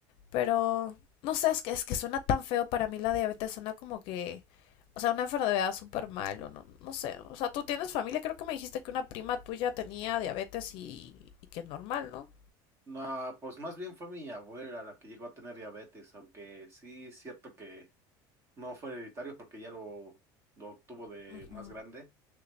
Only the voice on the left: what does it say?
pero no sé, es que, es que suena tan feo para mí la diabetes, suena como que, o sea, una enfermedad súper mal, o no, no sé, o sea, tú tienes familia, creo que me dijiste que una prima tuya tenía diabetes y, y que es normal, ¿no?
Ujú,